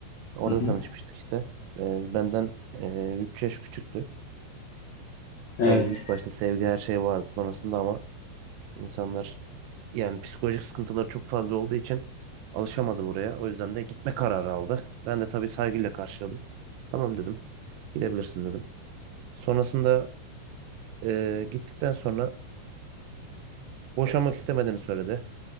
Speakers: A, on the right; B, on the left.
A: Orada
B: Hı hı,
A: tanışmıştık işte. Ee, benden 3 yaş küçüktü.
B: evet.
A: Tabii ilk başta sevgi her şey vardı. Sonrasında ama İnsanlar yani psikolojik sıkıntıları çok fazla olduğu için alışamadı buraya. O yüzden de gitme kararı aldı. Ben de tabii saygıyla karşıladım. Tamam dedim. Gidebilirsin dedim. Sonrasında eee, gittikten sonra boşanmak istemediğini söyledi.